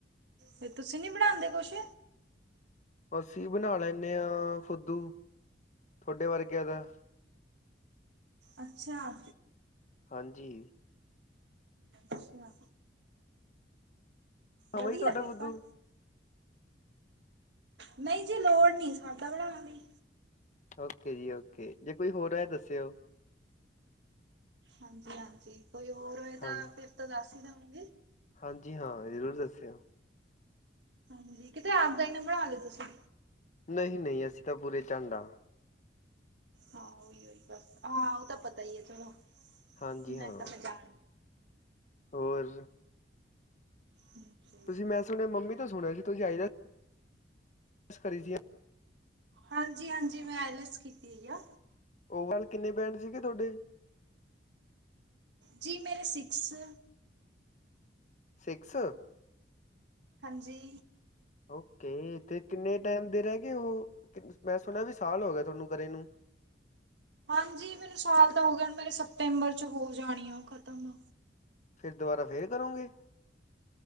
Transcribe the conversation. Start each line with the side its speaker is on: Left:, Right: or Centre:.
Right: ਤੇ ਤੁਸੀਂ ਨੀ ਬਣਾਦੇ ਕੁਛ-
Left: ਅਸੀਂ ਬਣਾ ਲੈਂਣੇ ਹਾਂ ਫੁਦੂ ਤੁਹਾਡੇ ਵਰਗਿਆਂ ਦਾ-
Right: ਅੱਛਾ।
Left: ਹਾਂਜੀ।
Right: ਅੱਛਾ
Left: ਸਮਝ
Right: ਵਧੀਆ
Left: ਤੁਹਾਡਾ
Right: ਫੇਰ
Left: ਫੁੱਦੂ
Right: ਤਾ- ਨਹੀਂ ਜੀ ਲੋੜ ਨਹੀਂ ਸਾਡਾ ਬਣਾਣ ਦੀ।
Left: ਓਕੇ ਜੀ ਓਕੇ ਜੇ ਕੋਈ ਹੋਰ ਹੈ ਦੱਸਿਓ।
Right: ਹਾਂਜੀ-ਹਾਂਜੀ ਕੋਈ ਹੋਰ ਹੋਏ
Left: ਹਾਂ
Right: ਤਾਂ ਫਿਰ ਤ ਦੱਸ ਹੀ ਦੇਓਂਗੀ।
Left: ਹਾਂਜੀ ਹਾਂ ਜ਼ਰੂਰ ਦੱਸਿਓ।
Right: ਹਾਂਜੀ ਕਿਤੇ ਆਪਦਾ ਹੀ ਨੰਬਰ ਆ ਦਿ ਤੁਸੀਂ
Left: ਨਹੀਂ-ਨਹੀਂ ਅਸੀਂ ਤਾਂ ਪੂਰੇ ਝੰਡ ਆ।
Right: ਹਾਂ ਉਹੀ ਉਓਹੀ ਬਸ ਹਾਂ ਉਹ ਤਾਂ ਪਤਾ ਹੀ ਹੈ ਚਲੋ
Left: ਹਾਂਜੀ
Right: ਕਿੰਨਾ
Left: ਹਾਂ
Right: ਕੁ ਤਾਂ ਮੈਂ ਜਾਣ
Left: ਹੋਰ?
Right: <unintelligible>
Left: ਤੁਸੀਂ ਮੈਂ ਸੁਣਿਆ ਮੰਮੀ ਤੋਂ ਸੁਣਿਆ ਸੀ ਤੁਸੀਂ ਆਈ ਕਰੀ ਜਯਾ
Right: ਹਾਂਜੀ-ਹਾਂਜੀ ਮੈਂ ਐਲਸ ਕੀਤੀ ਆ।
Left: ਓਵਰਆਲ ਕਿੰਨੇ ਬ੍ਰਡ ਸੀਗੇ ਤੁਹਾਡੇ?
Right: ਜੀ ਮੇਰੇ ਸਿਕਸ-
Left: ਸਿਕਸ
Right: ਹਾਂਜੀ
Left: ਓਕੇ ਤੇ ਕਿੰਨੇ ਟਾਈਮ ਦੇ ਰਹਿ ਗਏ ਉਹ ਮੈਂ ਸੁਣ ਵੀ ਸਾਲ ਹੋ ਗਿਆ ਤੁਹਾਨੂੰ ਘਰੇ ਨੂੰ
Right: ਹਾਂਜੀ ਮੈਨੂੰ ਸਾਲ ਤਾਂ ਹੋ ਗਣ ਮੇਰੇ ਸਪਤੰਬਰ ਚ ਹੋ ਜਾਣੀ ਆ ਖ਼ਤਮ
Left: ਫੇਿਰ ਦੁਬਾਰਾ ਫੇਿਰ ਕਰੋਂਗੇ